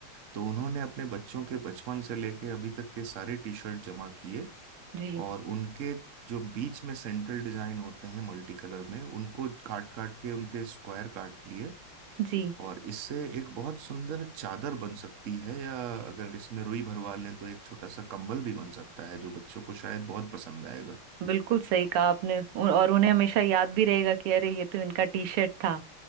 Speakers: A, on the right (about 50°); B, on the right (about 85°).
A: तो उन्होंने अपने बच्चों के बचपन से लेके अभी तक के सारे टी शर्ट जमा किए
B: जी
A: और उनके जो बीच में सेंट्रल डिजाइन होते हैं मल्टी कलर में उनको काट काट के उनके स्क्वायर काट लिए
B: जी
A: और इससे एक बहुत सुंदर चादर बन सकती है या अगर इसमें रुई भरवा लें तो एक छोटा सा कंबल भी बन सकता है जो बच्चों को शायद बहुत पसंद आएगा
B: बिल्कुल सही कहा आपने और और उन्हें हमेशा याद भी रहेगा कि अरे ये तो इनका टी शर्ट था